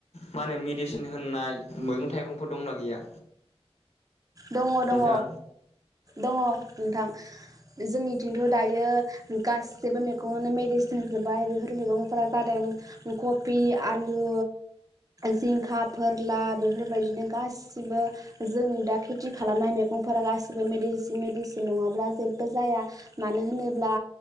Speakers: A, on the left; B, on the right.
A: मा होनो मेडिसिन होननाय मैगं थाइगंफोर दंना गैया?
B: दङ दङ
A: नोंथां
B: दङ नोंथां जोंनिथिंथ' दायो गासैबो मैगङावनो मेडिसिन होजोब्बाय बेफोर मैगंफोरा जादों कफि आलु जिंखा फोरला बेफोरबायदिनो गासिबो जोंनि दा खेथि खालामनाय मैगंफोरा गासिबो मेडिसिन मेडिसिन नङाब्ला जेबो जाया मानो होनोब्ला